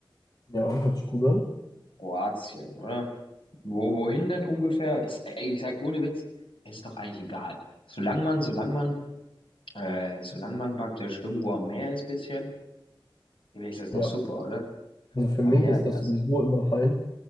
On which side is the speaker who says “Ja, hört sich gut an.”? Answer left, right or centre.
Left